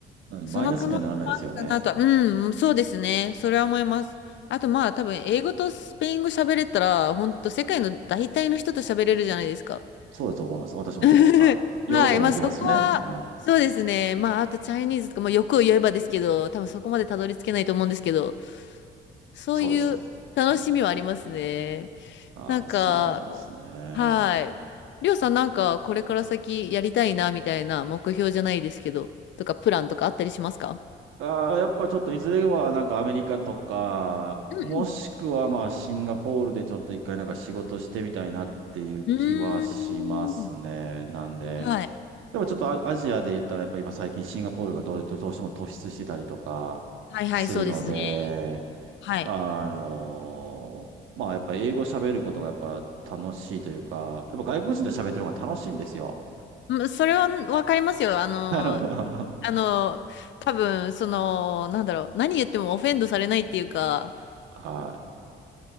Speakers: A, on the right (about 85°); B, on the left (about 65°).
A: なのでマイナスにはならないですよね。
B: その可能性もあるかなと。うん、そうですね。それは思います。あとまあ多分英語とスペイン語喋れたら、本当世界の大体の人と喋れるじゃないですか。
A: そうだと思います。私もその、
B: <laughs>
A: はい。
B: はい。
A: ヨーロッパも行けますしね。
B: まあそこは、
A: はい。
B: そうですね。まああとチャイニーズとか、まあ欲を言えばですけど、多分そこまでたどり着けないと思うんですけど。そういう楽しみはありますね。
A: そうですね。うん、ああ、
B: なんか、
A: そうなんですね。
B: はい。りょうさんなんかこれから先やりたいなみたいな目標じゃないですけど、とかプランとかあったりしますか
A: ああ、やっぱちょっといずれはなんかアメリカとか、
B: ううん
A: もしくはまあシンガポールでちょっと一回なんか仕事してみたいなっていう気はしますね。
B: うん。うーん。
A: なんで。
B: はい。
A: でもちょっとアアジアで言ったらやっぱ今最近シンガポールがどう、どうしても突出してたりとかするので、
B: はいはい、そうですね。はい。
A: あのーまあ、やっぱ英語喋ることがやっぱ楽しいというか、やっぱ外国人と喋ってる方が楽しいんですよ。
B: うんそれはわかりますよ。あの、
A: <laughs> あの、<laughs>
B: あの、多分、その、なんだろう、何言ってもオフェンドされないっていうか、
A: はい。